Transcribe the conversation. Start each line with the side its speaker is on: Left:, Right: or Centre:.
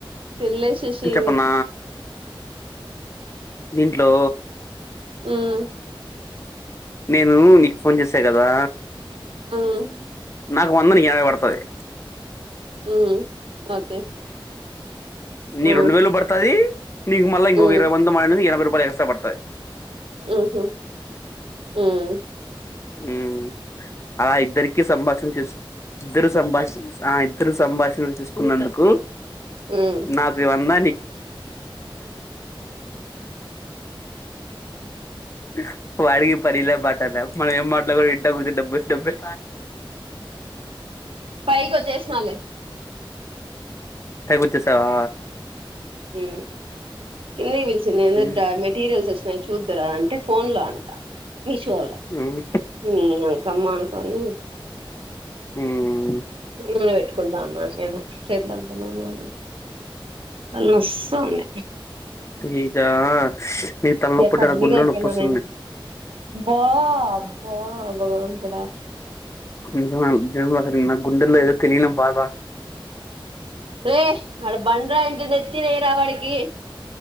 Right: తినలే శశి
Left: అన దీంట్లో
Right: ఉమ్
Left: నేను నీకు ఫోన్ చేసా కదా
Right: ఉమ్
Left: స నాకు వంద నీ ఎనభై బడుతది
Right: ఉం ఓకే
Left: నీ
Right: ఆ
Left: రెండు వేలు పడుతాది నీకు మళ్ళ ఇంకో
Right: ఉమ్
Left: ఇరవై మాటాన యనబై రూ ఎక్స పడతాయి
Right: ఆహ ఉం
Left: ఉం అలా ఇద్దరికీ సంభాషణ చేసి ఇద్దరు సంభాష ఆ ఇద్దరు సంభాషణలు తీసుకున్నందుకు
Right: హ్మ్
Left: నాపి వంద <unintelligible> <unintelligible> పనిలే పాటాలే మనం ఏం మాట్లాడినా కూచుంం డబ్బులు డబ్బులు
Right: పైకి ఒచ్చేస్న లే
Left: పైకి వచ్చేసేయ్ సావా
Right: ఉమ్ కిందిబిల్స్ నిన్న
Left: ఉమ్,
Right: డ మెటీరియల్స్ ఒచ్చినయ్ చూద్దురా అంటే ఫోన్ లో అంట మిషోలో
Left: ఉమ్,
Right: నీ యంకమ్మా అనుకోని
Left: ఉమ్.
Right: నూన పెట్టుకుంటాన్నా నేను చేట్లంతానేనే ఉన్నాయి ప్చ్ తలనొస్ తాంది
Left: ఈగా స్ నీ తలనొప్పి ఉంటే
Right: కర్రీగా
Left: నాకు గుండెలో
Right: అయిపోయినా
Left: నొప్పిస్తుంది
Right: నేను. అబ్బా అబ్బా భగవంతుడా
Left: నిజమే చెప్పాలంటే <inaudible> నా గుండెలో ఏదో తెలీయని బాద
Right: రే ఆడ బండరాయి ఉంటే నెత్తిన ఎయిరా వాడికి